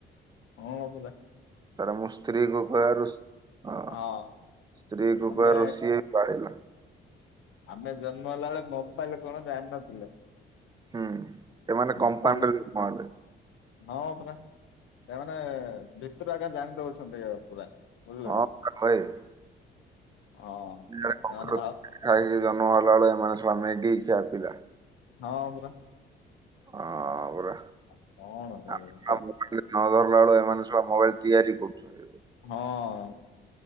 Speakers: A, on the left; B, on the right.
A: <unintelligible> ପିଲା
B: ତାପରେ ମୋ ସ୍ତ୍ରୀକୁ କହିଆରୁ ହଁ।
A: ହଁ
B: ସ୍ତ୍ରୀକୁ
A: ଆମେ
B: କହିଆରୁ ସିଏ ବି ବାଡ଼େଇଲା।
A: ଆମେ ଜନ୍ମ ହେଲା ବେଳେ ମୋବାଇଲ କଣ ଜାଣିିନଥିଲେ।
B: ହୁଁ। ଏମାନେ
A: ବର୍ତ୍ତମାନ
B: କମ୍ପାଉଣ୍ଡର କଣ ହେବେ?
A: ହଁ ପରା, ସେମାନେ ଭିତରୁ ଆଜ୍ଞା ଜାଣି ଦଉଛନ୍ତି ପୁରା। ବୁଝିଲ
B: ହଁ।
A: କି ନାଇଁ
B: <unintelligible>
A: ହଁ
B: <unintelligible> ଜନ୍ମ
A: ସେମାନେ
B: ହେଲା
A: ଭାବ
B: ବେଳେ, ଏମାନେ ଶଳା ମ୍ୟାଗି ଖିଆ ପିଲା।
A: ହଁ ପରା।
B: ହଁ ପରା।
A: ଆଉ କଣ କରିବୁ
B: ଆମେ ଶଳା
A: କହ?
B: ନ ଧରିଲା ବେଳେ, ଏମାନେ ଶଳା ମୋବାଇଲ ତିଆରି କରୁଛନ୍ତି।
A: ହଁ।